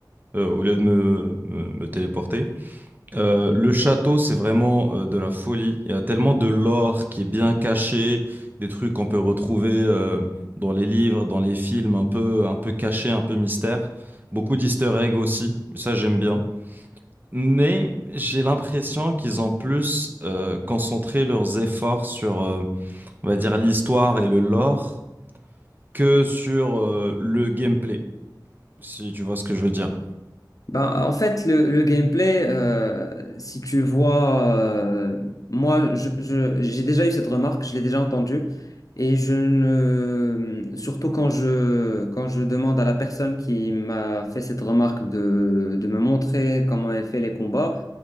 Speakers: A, on the right; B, on the left.
A: euh, au lieu de me, me, me téléporter. Euh, le château, c'est vraiment euh, de la folie. Il y a tellement de lore qui est bien caché, des trucs qu'on peut retrouver euh, dans les livres, dans les films, un peu, un peu cachés, un peu mystère. Beaucoup d'easter eggs aussi, ça j'aime bien. Mais j'ai l'impression qu'ils ont plus euh, concentré leurs efforts sur, euh, on va dire, l'histoire et le lore que sur euh, le gameplay, si tu vois ce que je veux dire.
B: Ben, en fait, le, le gameplay, euh, si tu vois, euh, moi, je, je- j'ai déjà eu cette remarque, je l'ai déjà entendue, et je ne, surtout quand je, quand je demande à la personne qui m'a fait cette remarque de, de me montrer comment elle fait les combats,